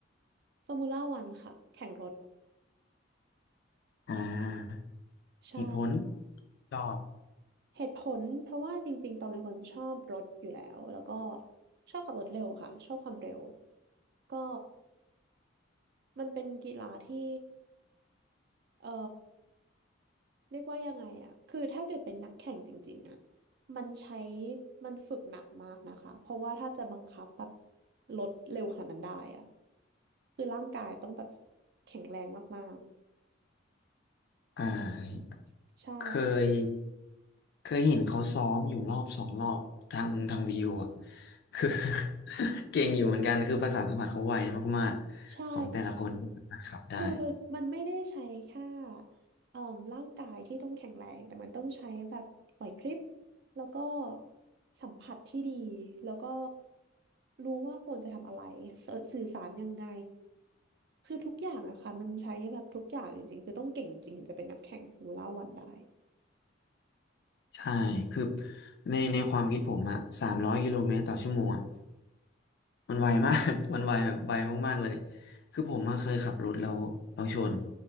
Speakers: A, on the right; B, on the left.
A: ฟอร์มูล่าวันค่ะ แข่งรถ
B: อ่า
A: ใช่
B: เหตุผลตอบ
A: เหตุผลเพราะว่าจริงๆ ตอนเป็นคนชอบรถอยู่แล้ว แล้วก็ชอบขับรถเร็วค่ะ ชอบความเร็ว ก็มันเป็นกีฬาที่ เอ่อเรียกว่ายังไงอะคือถ้าเกิดเป็นนักแข่งจริงๆอะมันใช้มันฝึกหนักมากนะคะเพราะว่าถ้าจะบังคับแบบลดเร็วขนาดนั้นได้อะคือร่างกายต้องแบบแข็งแรงมาก
B: อ่า
A: ๆใช่
B: เคยเคยเห็นเขาซ้อมอยู่รอบสองรอบทางทางวิดีโออ่ะคือ <laughs> เก่งอยู่เหมือนกันคือประสานสัมผัสเขาไวมากๆของแต่ละคนที่สามารถขับได้
A: ใช่ คือมันไม่ได้ใช้แค่เอ่อร่างกายที่ต้องแข็งแรงแต่มันต้องใช้แบบไหวพริบแล้วก็สัมผัสที่ดีแล้วก็รู้ว่าควรจะทำอะไรสสื่อสารยังไงคือทุกอย่างอะค่ะมันใช้แบบทุกอย่างจริงๆคือต้องเก่งจริงถึงจะเป็นนักแข่งฟอร์มูล่าวันได้
B: ใช่คือในในความคิดผมอะสามร้อยกิโลเมตรต่อชั่วโมงอะมันไวมาก <laughs> มันไวแบบไวมากๆเลยคือผมอะเคยขับรถแล้วเราชน